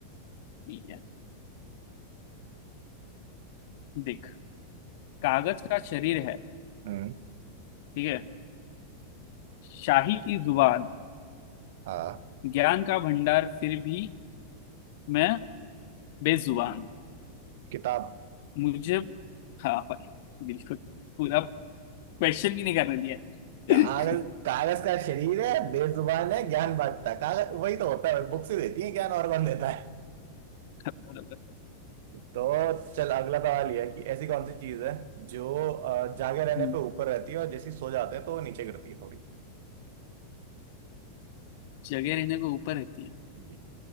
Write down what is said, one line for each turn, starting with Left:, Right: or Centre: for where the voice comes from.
Left: ठीक है देख कागज का शरीर है
Right: हम्म
Left: ठीक है शाही की जुबान
Right: हाँ
Left: ज्ञान का भंडार फिर भी मैं बेजुबान
Right: किताब
Left: मुझे हाँ भाई बिल्कुल पूरा क्वेश्चन भी नहीं करने दिया
Right: कागज
Left: है। <laughs>
Right: कागज का शरीर है बेजुबान है ज्ञान बांटता है कागज वही तो होता है बुक्स ही देती है ज्ञान और कौन देता है
Left: बराबर
Right: तो चल अगला सवाल ये है कि ऐसी कौन सी चीज है जो अ, जागे रहने
Left: हम्म,
Right: पे ऊपर रहती है और जैसे ही सो जाते हैं तो वो नीचे गिरती है थोड़ी
Left: जगह रहने को ऊपर रहती है
Right: जी